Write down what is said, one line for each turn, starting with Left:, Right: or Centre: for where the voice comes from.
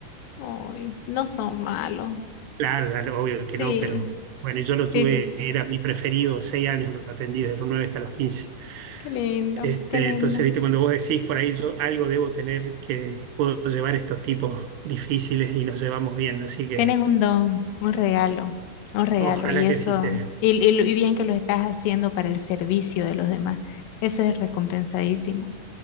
Left: Ay, no son malos.
Right: Claro, ya no, obvio que
Left: Sí,
Right: no, pero bueno, yo lo tuve,
Left: sí,
Right: era mi preferido, seis años lo atendí desde los nueve hasta los quince.
Left: qué lindo,
Right: Este,
Left: qué lindo.
Right: entonces, viste, cuando vos decís por ahí, yo algo debo tener que puedo llevar estos tipos difíciles y nos llevamos bien, así que
Left: Tienes un don, un regalo, un regalo,
Right: ojalá
Left: y
Right: que
Left: eso,
Right: sí sea.
Left: y, y lo- y bien que lo estás haciendo para el servicio de los demás. Eso es recompensadísimo.